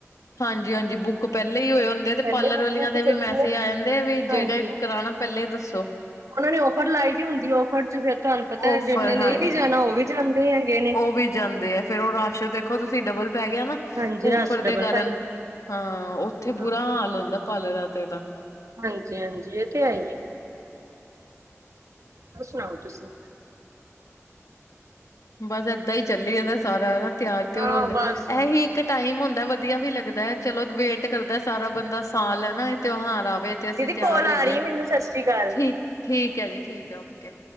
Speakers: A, on the left; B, on the right.
A: ਹਾਂਜੀ ਹਾਂਜੀ ਬੁੱਕ ਪਹਿਲੇਾਂ ਹੀ ਹੋਏ ਹੁੰਦੇ ਤੇ
B: ਪਹਿਲੇ
A: ਪਾਰਲਰ
B: ਬੁਕਿੰਗ
A: ਵਾਲੀਆਂ
B: ਤੇ
A: ਦੇ
B: ਚੱਲਦੀ
A: ਵੀ ਮੈਸੇਜ
B: ਹੈ
A: ਆ ਜਾਂਦੇ ਵੀ ਜਿਹੜੇ
B: ਹਾਂਜੀ
A: ਕਰਾਣਾ ਪਹਿੱਲਲੇ ਦੱਸੋ
B: ਉਹਨਾਂ ਨੇ ਔਫਰ ਲਾਈ ਦੀ ਹੁੰਦੀ ਔਫਰ ਚ ਫੇਿਰ ਤੁਹਾਨੂੰ ਪਤਾ
A: ਔਫਰ
B: ਜਿੰਨੇ ਨਹੀਂ
A: ਹਾਂਜੀ।
B: ਵੀ ਜਾਣਾ ਉਹ ਵੀ ਜਾਂਦੇ ਹੈਗੇ ਨੇ
A: ਉਹ ਵੀ ਜਾਂਦੇ ਹੈ ਫੇਰ ਉਹ ਰਾਸ਼ ਦੇਖੋ ਤੁਸੀਂ ਡਬਲ ਪੈ ਗਿਆ ਨਾ
B: ਹਾਂਜੀ ਰਸ਼ ਡਬਲ
A: ਕਰਨ
B: ਪੈ ਜਾਂਦਾ
A: ਹਾਂ ਉੱਥੇ ਬੁਰਾ
B: ਹਾਂ
A: ਹਾਲ ਹੁੰਂਦਾ ਪਾਲਰਾ ਦੇ ਤੇਦਾ
B: ਹਾਂਜੀ ਹਾਂਜੀ ਇਹ ਤੇ ਹੈਇਏ ਆ ਹੋਰ ਸੁਣਾਓ ਤੁਸੀਂ
A: ਬਸ ਏਦਾਂ ਹੀ ਚੱਲੀ ਜਾਂਦਾ ਸਾਰਾ ਹਨਾ ਤਿਆਰ ਤਉਰ
B: ਹਾਂ
A: ਹੁੰਦੇ
B: ਬਸ
A: ਇਹੀ ਇੱਕ ਟਾਈਮ ਹੁੰਦਾ ਵਧੀਆ ਵੀ ਲੱਗਦਾ ਹੈ ਚਲੋ ਵੇਟ ਕਰਦਾ ਸਾਰਾ ਬੰਦਾ ਸਾਲ ਹੈ ਨਾ ਇਹ ਤਿਉਹਾਰ ਆਵੇ ਤੇ ਅਸੀਂ
B: ਦੀਦੀ
A: ਤਿਆਰ
B: ਕੋਲ
A: ਹੋਈਏ
B: ਆ ਰਹੀ ਹੈ ਮੈਨੂੰ ਸਤਿ ਸ੍ਰੀ ਅਕਾਲ
A: ਠੀਕ ਠੀਕ ਹੈ ਜੀ ਠੀਕ ਹੈ ਓਕੇ